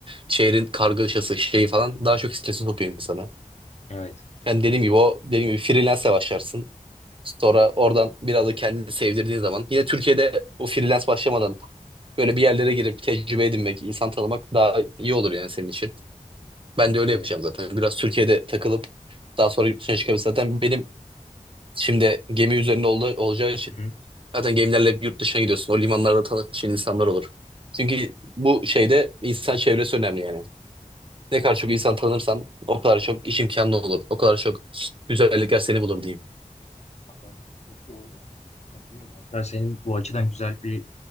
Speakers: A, on the right (about 40°); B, on the left (about 55°).
A: Şehrin kargaşası şeyi falan daha çok stresi sokuyor insana.
B: Evet.
A: Yani dediğim gibi o dediğim gibi freelance'e başlarsın. Sonra oradan biraz da kendini sevdirdiğin zaman yine Türkiye'de o freelance başlamadan böyle bir yerlere girip tecrübe edinmek, insan tanımak daha iyi olur yani senin için. Ben de öyle
B: Evet.
A: yapacağım zaten. Biraz Türkiye'de takılıp daha sonra yurt dışına çıkabilir zaten. Benim şimdi gemi üzerinde ol olacağı için
B: Hı hı.
A: Zaten gemilerle hep yurt dışına gidiyorsun. O limanlarda tanıştığın insanlar olur. Çünkü bu şeyde insan çevresi önemli yani. Ne kadar çok insan tanırsan o kadar çok iş imkanı olur. O kadar çok güzellikler seni bulur diyeyim.
B: Adam çok doğru yani. Çok katılıyorum. Hatta senin bu açıdan güzel bir